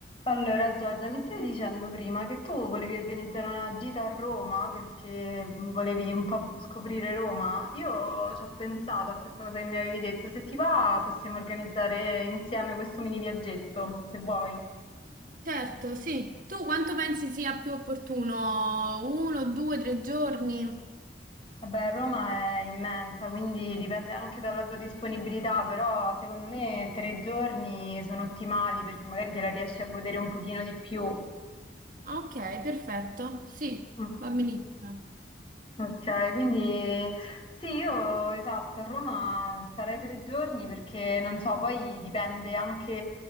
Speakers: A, on the left; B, on the right.
A: Allora, Giorgia, mi stavi dicendo prima che tu volevi organizzare una gita a Roma perché volevi un po' scoprire Roma. Io ci ho pensato a questa cosa che mi avevi detto. Se ti va, possiamo organizzare insieme questo mini viaggetto, se vuoi.
B: Certo, sì. Tu quanto pensi sia più opportuno? Uno, due, tre giorni?
A: Vabbè, Roma è immensa, quindi dipende anche dalla tua disponibilità, però secondo me tre giorni sono ottimali perché magari te la riesci a godere un pochino di più.
B: Ah, Ok, perfetto. Sì,
A: Mm.
B: va benissimo.
A: Ok, quindi sì, io esatto, a Roma starei tre giorni perché non so, poi dipende anche